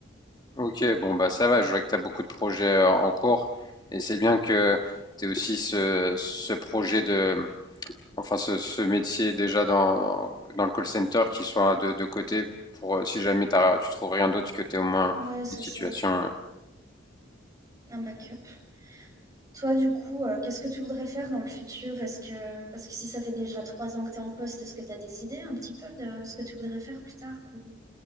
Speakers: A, on the left (about 20°); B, on the right (about 20°).
A: Ok, bon bah ça va, je vois que tu as beaucoup de projets euh, en cours et c'est bien que tu aies aussi ce, ce projet de, enfin ce, ce métier déjà dans, dans le call center qui soit de, de côté pour euh, si jamais t'as- tu trouves rien d'autre que tu aies au moins
B: Ouais, c'est
A: une situation.
B: ça,
A: euh.
B: un backup. Toi, du coup, euh, qu'est-ce que tu voudrais faire dans le futur? Est-ce que, parce que si ça fait déjà trois ans que tu es en poste, est-ce que tu as des idées un petit peu de ce que tu voudrais faire plus tard ou-